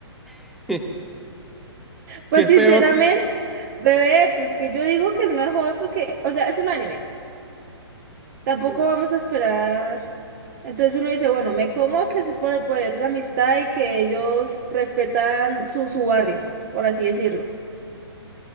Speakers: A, in the centre; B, on the right.
A: <laughs> ¿Qué
B: Pues
A: es
B: sinceramente,
A: peor?
B: bebé, pues que yo digo que es mejor porque, o sea, es un anime. Tampoco
A: Sí.
B: vamos a esperar. Entonces uno dice, bueno, me como que es por el poder de amistad y que ellos respetan su, su barrio, por así decirlo.